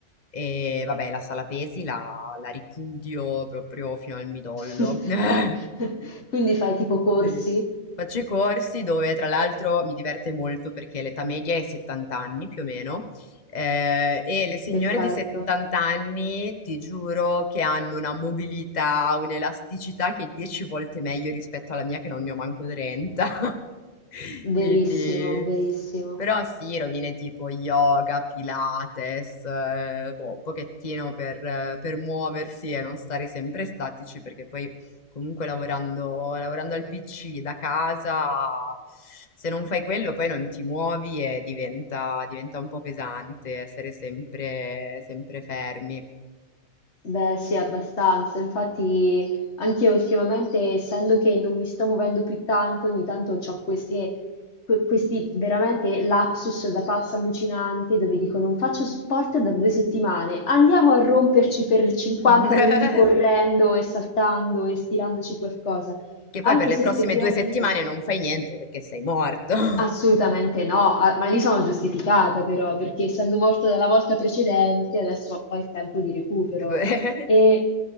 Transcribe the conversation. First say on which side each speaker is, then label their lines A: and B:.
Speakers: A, on the left; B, on the left.
A: e vabbè, la sala pesi la, la ripudio proprio fino al midollo.
B: <laughs>
A: <laughs>
B: Quindi fai tipo corsi?
A: Sì. Faccio i corsi dove tra l'altro mi diverte molto perché l'età media è 70 anni più o meno. Ehm, e le signore
B: Perfetto,
A: di 70 anni, ti giuro che hanno una mobilità, un'elasticità che è 10 volte meglio rispetto alla mia, che non ne ho manco 30. <laughs>
B: verissimo,
A: Quindi,
B: verissimo.
A: però sì, rovine tipo yoga, pilates, eh, boh, un pochettino per, eh, per muoversi e non stare sempre statici, perché poi Comunque lavorando, lavorando al PC da casa, se non fai quello poi non ti muovi e diventa, diventa un po' pesante essere sempre, sempre fermi.
B: Beh, sì, abbastanza. Infatti, anche io ultimamente, essendo che non mi sto muovendo più tanto, ogni tanto ho queste, que- questi veramente lapsus da pazza allucinante dove dico non faccio sport da due settimane, andiamo a romperci per 50
A: <laughs>
B: minuti correndo e saltando e stirandoci qualcosa.
A: Che
B: Anche
A: poi per le
B: se
A: prossime
B: effettivamente
A: due settimane non fai niente perché sei morto. <laughs>
B: Assolutamente no, ah, ma lì sono giustificata però, perché essendo morta dalla volta precedente, adesso ho il tempo di recupero.
A: Cioè,
B: E